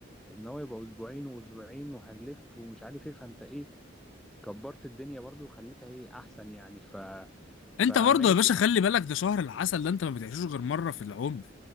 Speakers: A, in the centre; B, on the left.
A: ان هو يبقى اسبوعين واسبوعين وهنلف ومش عارف ايه فانت ايه كبرت الدنيا برضو وخليتها ايه احسن يعني ف فماشي
B: انت برضه يا باشا
A: بقى.
B: خلي بالك ده شهر العسل ده انت ما بتعيشوش غير مرة في العمر